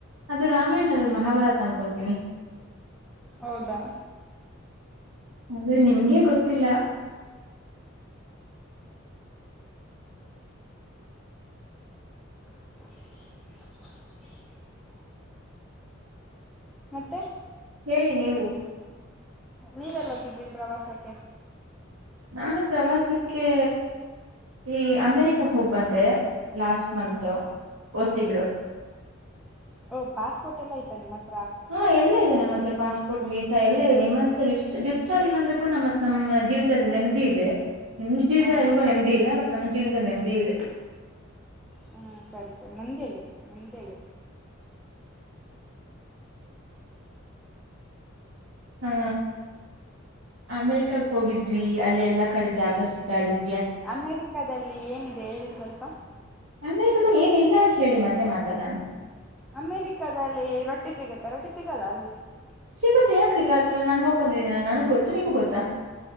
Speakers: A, on the right (about 75°); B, in the centre.
A: ಅದು ರಾಮಾಯಣ ಅಲ್ಲ ಮಹಾಭಾರತ ಅನ್ಕೊಂತೀನಿ.
B: ಹೌದಾ
A: ಅದು ನಿಮ್ಗೆ ಗೊತ್ತಿಲ್ಲ.
B: <inaudible> ಮತ್ತೆ
A: ಹೇಳಿ ನೀವು
B: ನೀವೆಲ್ಲ ಗಿದ್ರಿ ಪ್ರವಾಸಕ್ಕೆ.
A: ನಾನು ಪ್ರವಾಸಕ್ಕೆ ಈ ಅಮೇರಿಕ ಹೋಗಿ ಬಂದೆ ಲಾಸ್ಟ್ ಮತ್ ಹೋದ್ ತಿಂಗಳು.
B: ಓಹ ಪಾಸ್ಪೋರ್ಟ್ ಎಲ್ಲ ಇಐತಾನೆ ಮತ್
A: ಹಾ ಎಲ್ಲಾ ಇದೆ ನಮ್ಮತ್ರ್ರೆ. ಪಾಸ್ಪೋರ್ಟ್ ವೀಸಾ ಎಲ್ಲ ಇದೆ ನಿಮ್ಮಂತಸ ಚ್ಚ ಆಾಗಿಲ್ಲ ಅಂದ್ರ ಕೂಡ ಮತ್ ನಮ್ಮ ಜೀವನದಲ್ಲಿ ನೆಮ್ಮದಿ ಇದೆ. ನಿಮ್ ಜ
B: ಹ
A: ನಿಮಗೂ ನೆಮ್ದಿ ಇಲ್ಲ ಬಟ್ ನಮ್ ಚಂತ ನೆಮ್ಮದಿ ಇಿದೆ
B: ಹ್ಮ್ ಸರಿ ಸರಿ ನೆಮದಿ ಆಗಿರಿ ನೆಮದಿ ಆಗಿರಿ
A: ಹಾ ಅಮೆರಿಕಾಗ ಹೋಗಿದ್ ವಿ ಅಲ್ಲಿ ಎಲ್ಲಾ ಕಡೆ ಜಾಗ ಸುತ್ತಾಡುದವಿ
B: ಅಮೇರಿಕದಲ್ಲಿ ಏನಿದೆ ಹೇಳಿ ಸ್ವಲ್ಪ
A: ಅಮೆರಿಕದಾಗ ಏನ್ ಇಲ್ಲ ಅಂತ ಹೇಳಿ ಮತ್ತೆ ಮಾತಾಡೋಣ
B: ಅಮೇರಿಕದಲ್ಲಿ ರೊಟ್ಟಿ ಸಿಗುತ್ತೆ. ಪರಟಿ ಸಿಗಲ್ಲ ಅಲ್ಲಿ.
A: ಸಿಗೆ ಯಾಕ್ ಸಿಗ ನಾನ್ ಹೋಗ್ ಬಂದಿದ್ದೀನ ನನಗ್ ಗೊತ್ತು ನಿಮ್ಗ್ ಗೊತ್ತಾ